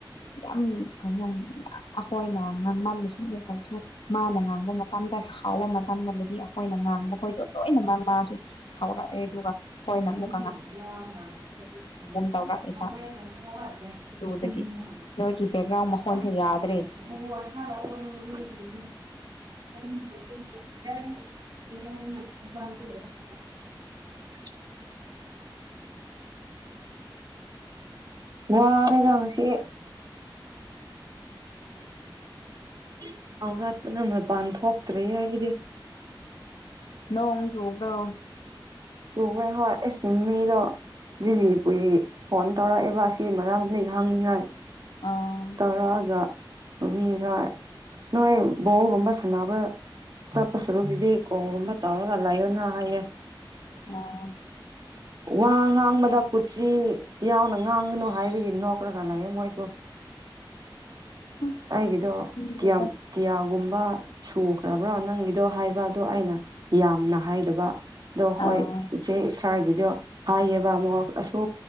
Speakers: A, on the left; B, on the right.
A: ꯌꯥꯝ ꯀꯩꯅꯣ ꯑꯩꯈꯣꯏꯅ ꯉꯥꯡꯃꯜꯂꯁꯨ ꯑꯃꯨꯛ ꯀꯁꯨ ꯃꯥꯅ ꯉꯥꯡꯕ ꯃꯇꯝꯗ ꯁꯥꯎꯕ ꯃꯇꯝꯗꯕꯨꯗꯤ ꯑꯩꯈꯣꯏꯅ ꯉꯥꯡꯕꯈꯣꯏꯗꯣ ꯂꯣꯏꯅ ꯃꯃꯥꯁꯨ ꯁꯥꯎꯔꯛ ꯑꯗꯨꯒ ꯍꯣꯏꯅꯃꯨꯛ
B: <unintelligible>
A: ꯇꯧꯔꯛꯑꯦꯕ
B: <unintelligible>
A: ꯑꯗꯨꯗꯒꯤ ꯅꯣꯏꯒꯤ ꯕꯦꯛꯒ꯭ꯔꯥꯎꯟ ꯃꯈꯣꯟꯁꯦ ꯌꯥꯗ꯭ꯔꯦ
B: <inaudible> <inaudible>
A: <inaudible>
B: ꯋꯥꯔꯦꯗ ꯉꯁꯤ <unintelligible> ꯃꯄꯥꯟ ꯊꯣꯛꯇ꯭ꯔꯦ ꯑꯩꯗꯤ
A: ꯅꯣꯡ ꯆꯨꯕ꯭ꯔꯣ
B: ꯆꯨꯋꯦ ꯍꯣꯏ ꯏꯁ <unintelligible> ꯖꯤꯖꯤ ꯄꯨꯏ ꯐꯣꯟ ꯇꯧꯔꯛꯑꯦꯕ ꯑꯁꯤ ꯃꯔꯝꯅ ꯍꯪꯅꯤꯉꯥꯏ
A: ꯑꯥ
B: ꯇꯔꯥꯒ ꯃꯃꯤꯒ ꯅꯣꯏ ꯕꯣꯜ ꯒꯨꯝꯕ ꯁꯥꯟꯅꯕ ꯆꯞꯄ ꯁꯔꯨꯒꯤꯗꯤ ꯀꯣꯜ ꯒꯨꯝꯕ ꯇꯔꯒ ꯂꯩꯌꯣꯅ ꯍꯥꯏꯦ
A: ꯑꯥ
B: ꯋꯥ ꯉꯥꯡꯕꯗ ꯀꯨꯆꯤ ꯌꯥꯎꯅ ꯉꯥꯡꯒꯅꯨ ꯍꯥꯏꯕꯒꯤ ꯅꯣꯛꯈ꯭ꯔꯒ ꯂꯩ ꯃꯣꯏꯁꯨ
A: <inaudible> ꯑꯁ
B: ꯑꯩꯒꯤꯗꯣ
A: ꯈꯪꯗꯦꯗ
B: ꯀꯤꯌꯥꯝ ꯀꯌꯥ ꯒꯨꯝꯕ ꯁꯨꯈ꯭ꯔꯕ꯭ꯔꯣ ꯅꯪꯒꯤꯗꯣ ꯍꯥꯏꯕ ꯑꯗꯣ ꯑꯩꯅ ꯌꯥꯝꯅ ꯍꯥꯏꯗꯕ ꯑꯗꯣ ꯍꯣꯏ
A: ꯑꯥ
B: ꯏꯆꯦ ꯁꯥꯔꯒꯤꯗꯣ ꯍꯥꯏꯌꯦꯕ ꯑꯃꯨꯛ ꯑꯁꯨ